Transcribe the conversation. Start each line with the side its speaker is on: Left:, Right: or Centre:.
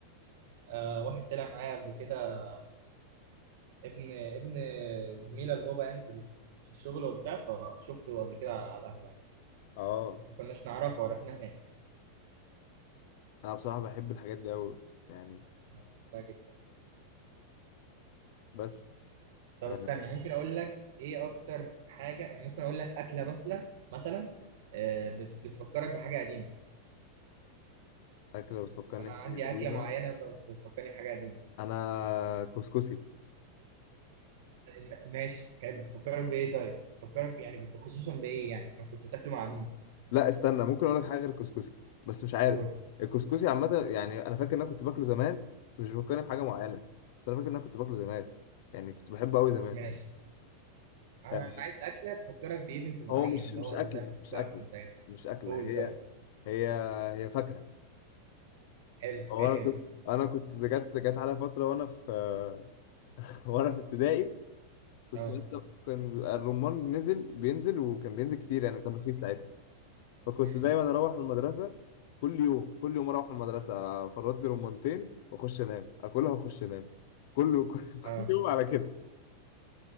Right: آه واحد طلع معايا قبل كده ابن ابن زميلة البابا يعني في ال- في الشغل وبتاع فشفته قبل كده على القهوة يعني
Left: اه
Right: ما كناش نعرفه عرفناه هناك
Left: انا بصراحه بحب الحاجات دي قوي يعني
Right: أنا بحبها جدا
Left: بس
Right: طب
Left: آه،
Right: استنى
Left: أنا
Right: ممكن أقول لك إيه أكتر حاجة يعني ممكن أقول لك أكلة مثلا مثلا آه بت- بتفكرك بحاجة قديمة
Left: اكل لو بتفكرني
Right: أنا
Left: بحاجه
Right: عندي أكلة
Left: قديمه
Right: معينة ب- بتفكرني بحاجة قديمة
Left: انا كسكسي
Right: م- ماشي حلو بتفكرك بإيه طيب؟ بتفكرك يعني خصوصا بإيه يعني؟ أنا كنت بتاكله مع مين؟
Left: لا استنى ممكن اقول لك حاجه غير الكسكسي بس مش عارف
Right: قول
Left: الكسكسي عامه يعني انا فاكر ان انا كنت باكله زمان مش بفكرني بحاجه معينه بس انا فاكر ان انا كنت باكله زمان يعني كنت بحبه قوي زمان
Right: ماشي انا
Left: آه،
Right: أنا عايز اكله تفكرك بايفنت معين
Left: هو مش
Right: اللي
Left: مش
Right: هو
Left: اكله
Right: ده ده كنت
Left: مش
Right: باكله
Left: اكله
Right: ساعتها
Left: مش اكله
Right: قول
Left: هي
Right: طيب
Left: هي هي فاكهة
Right: حلو
Left: وانا
Right: ايه
Left: كنت
Right: هي
Left: انا كنت جت جت على فترة وانا في <laughs> وانا في ابتدائي كنت
Right: اه
Left: لسه كان بيبقى الرمان نزل بينزل وكان بينزل كتير يعني كان رخيص ساعتها فكنت
Right: مم.
Left: دايما اروح المدرسة كل يوم كل يوم اروح المدرسة افرط لي رمانتين واخش انام اكلها واخش انام كل <laughs> كل كل
Right: اه
Left: يوم على كده